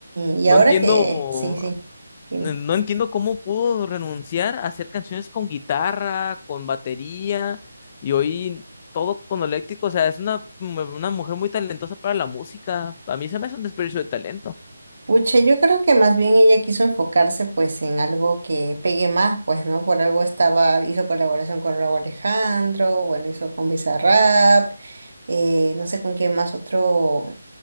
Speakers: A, on the right (about 55°); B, on the left (about 25°).
A: y
B: No
A: ahora
B: entiendo,
A: que, sí, sí, dime.
B: No entiendo cómo pudo renunciar a hacer canciones con guitarra, con batería y hoy todo con eléctrico. O sea, es una, mu- una mujer muy talentosa para la música. A mí se me hace un desperdicio de talento.
A: Pucha, yo creo que más bien ella quiso enfocarse pues en algo que pegue más, pues, ¿no? Por algo estaba, hizo colaboración con Raúl Alejandro, bueno, hizo con Bizarrap, eh, no sé con quién más otro,